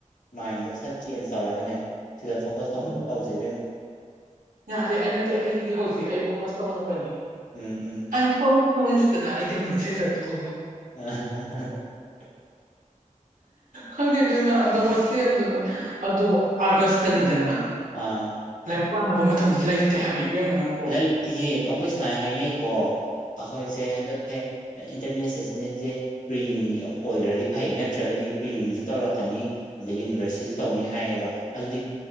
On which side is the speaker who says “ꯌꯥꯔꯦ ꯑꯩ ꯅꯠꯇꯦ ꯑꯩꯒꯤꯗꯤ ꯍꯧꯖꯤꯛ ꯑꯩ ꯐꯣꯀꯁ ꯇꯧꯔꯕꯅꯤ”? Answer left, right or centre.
Right